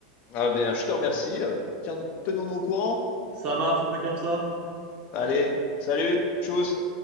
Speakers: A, on the left; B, on the right.
A: Ah bien, je te remercie. Tiens, tenons-nous au courant.
B: Ça marche, on fait comme ça.
A: Allez, salut, tchuss.